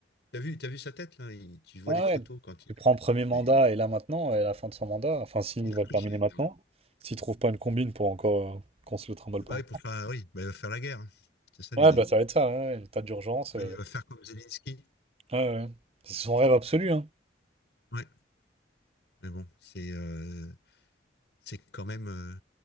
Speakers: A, on the left (about 70°); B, on the right (about 30°).
A: t'as vu, t'as vu sa tête là? Il- tu vois
B: Ah
A: les photos
B: ouais.
A: quand il,
B: Tu prends premier
A: c'est-
B: mandat et là maintenant, et à la fin de son mandat, enfin s'il
A: il
B: va
A: a pris
B: le terminer
A: cher.
B: maintenant,
A: hein.
B: s'il trouve pas une combine pour encore euh, qu'on se le trimballe
A: Bah
B: pas.
A: oui, pour faire, oui, bah, il va faire la guerre. hein. C'est ça l'idée.
B: Ouais, bah ça va être ça, ouais, ouais, l'état d'urgence.
A: Oui,
B: euh,
A: il va faire comme Zelensky.
B: ouais, ouais. C'est son rêve absolu, hein.
A: Ouais, mais bon, c'est, euh, c'est quand même, euh,